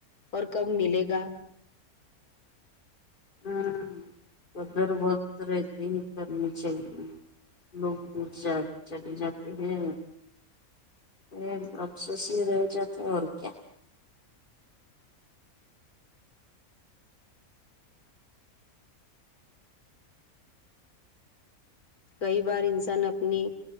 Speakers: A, on the left; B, on the left.
A: اور کب ملے گا
B: ہاں قدر وقت رہتے ہی کرنی چاہیے لوگ دور جا چلے جاتے ہیں یہ افسوس ہی رہ جاتا ہے اور کیا
A: کئی بار انسان اپنی